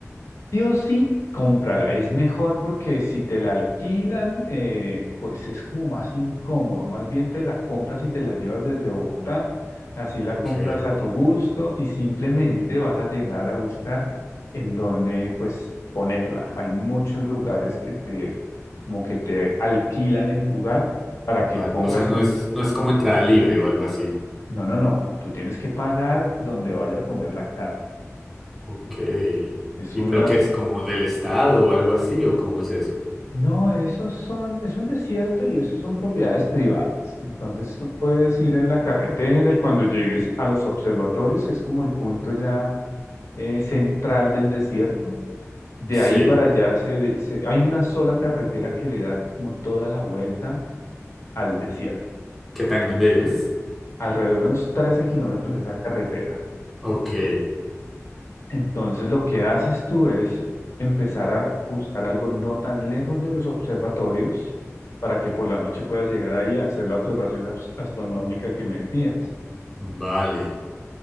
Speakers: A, on the left (about 65°); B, in the centre.
A: Sí o sí, cómprala. Es mejor porque si te la alquilan, eh, pues es como más incómodo. Más bien te la compras y te la llevas desde Bogotá. Así la
B: Ok,
A: compras a tu gusto y simplemente vas a llegar a buscar en dónde pues ponerla. Hay muchos lugares que te como que te alquilan el lugar para
B: vale.
A: que pongas
B: O sea, no
A: tu...
B: es, no es como entrada libre o algo así.
A: No, no, no. Tú tienes que pagar donde vayas a poner la carta.
B: Ok.
A: Es
B: ¿Y
A: una
B: pero qué es como del estado o algo así o cómo es eso?
A: No, esos son, es un desierto y esos son propiedades privadas. Entonces tú puedes ir en la carretera y cuando llegues a los observatorios, que es como el punto ya eh, central del desierto, de
B: Sí.
A: ahí para allá se, de- se- hay una sola carretera que le da como toda la vuelta al desierto.
B: ¿Qué tan grande es?
A: Alrededor de unos 13 kilómetros de esa carretera.
B: Ok,
A: Entonces lo que haces tú es empezar a buscar algo no tan lejos de los observatorios para que por la noche puedas llegar ahí a hacer la observación as- astronómica que me decías.
B: vale.